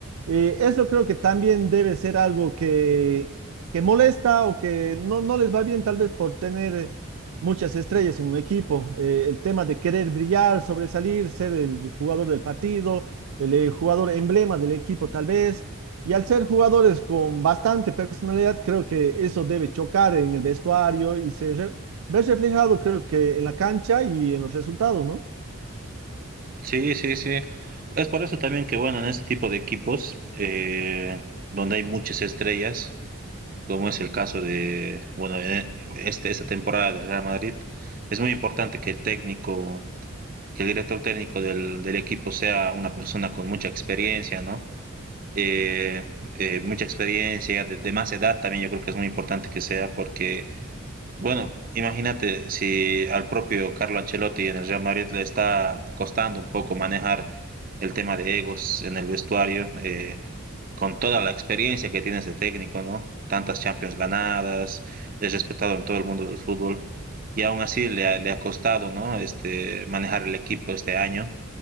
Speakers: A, on the right (about 85°); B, on the right (about 40°).
A: Eh, eso creo que también debe ser algo que, que molesta o que no, no les va bien tal vez por tener muchas estrellas en un equipo. Eh, el tema de querer brillar, sobresalir, ser el jugador del partido el eh, jugador emblema del equipo tal vez. Y al ser jugadores con bastante personalidad, creo que eso debe chocar en el vestuario y se re- ver reflejado, creo que en la cancha y en los resultados, ¿no?
B: Sí, sí, sí. Es por eso también que, bueno, en este tipo de equipos, eh, donde hay muchas estrellas, como es el caso de, bueno, eh, este, esta temporada del Real Madrid, es muy importante que el técnico, que el director técnico del, del equipo sea una persona con mucha experiencia, ¿no? Eh, eh, mucha experiencia, de, de más edad también yo creo que es muy importante que sea, porque, bueno, imagínate si al propio Carlo Ancelotti en el Real Madrid le está costando un poco manejar el tema de egos en el vestuario. Eh, con toda la experiencia que tiene este técnico, ¿no? Tantas Champions ganadas, es respetado en todo el mundo del fútbol y aún así le ha, le ha costado, ¿no? Este, manejar el equipo este año.